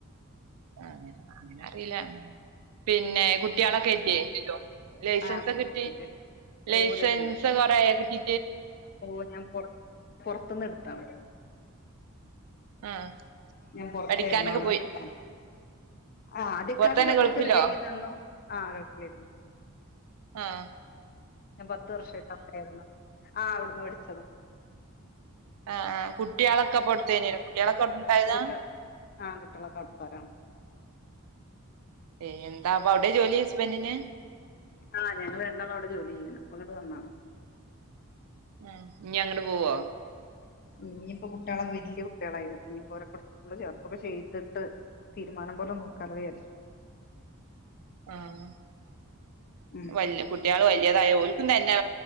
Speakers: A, on the right; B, on the left.
A: അ അങ്ങനെ അറിയില്ല പിന്നെ പിന്നെ കുട്ടികളൊക്കെ കറ്റിയല്ലോ ലൈസൻസ്
B: ആ കിട്ടും
A: ഒക്കെ കിട്ടി
B: കിട്ടും ഓ
A: ലൈസൻസ
B: ലൈസൻസ്
A: കുറക്കട്ട
B: ഓ ഞാൻറ പുൊറത്തന്ന് എടുത്താണ്
A: ആഹ്
B: ഞാൻ പുൊറത്തായിരുന്നു
A: പഠിക്കാനൊക്കെ
B: അവിടുന്ന്
A: പോയി
B: ആഹ അതൊക്കാകെ
A: പുറത്തന്നെ
B: പഠിപ്പിച്ചറി
A: ഗൾഫിലോ
B: ഡ തന്നു ആക്കരുന്നു
A: ആഹ
B: ഞാൻ പത്ത വർഷമായിട്ട് അട്ടയായിരുന്നു ആ് അവിടുന്ന് വിടിച്ചതോ
A: ആ ആ കു കുട്ടി അളക്കപ്പെടുത്തന കുട്ടി അളക്കട്ട കായതാ
B: കുട്ട ആ കുട്ടികളൊക്കെ അവിടുത്തോരാണ്
A: ഏയ് എന്താ അപ്പൊ അവിടെ ജോലി ഹസ്ബൻഡിന്
B: ആഹ ഞങ്ങള് രണ്ടാളും അവിടെ ജോലി ചെയ്യാണ് ഇ പ്പൊ ഇങ്ങോട്ട് വന്നതാണ്
A: ആഹ് ഇനി അങ്ങോട്ട് പോവോ
B: ഇഞ്ഞിപ്പോ കുട്ടികള വല്യ കുട്ടികളായില്ലേ ഇഞ്ഞിപ്പോ സ്കൂള് ചേർത്തൊക്കെ ചെയ്തിട്ട് തീരുമാനം നോക്കാലോവിചാരിച്ചു
A: ആ ഹ
B: ഉം
A: അ കുട്ടികൾ വല്യതായ ഓൽക്കും തന്നെ